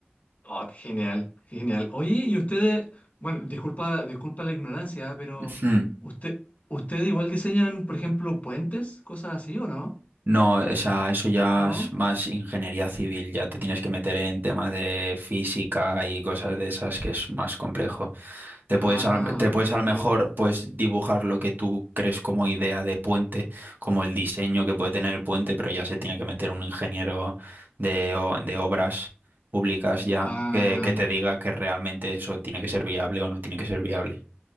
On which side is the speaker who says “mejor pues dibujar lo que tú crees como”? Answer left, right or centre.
Right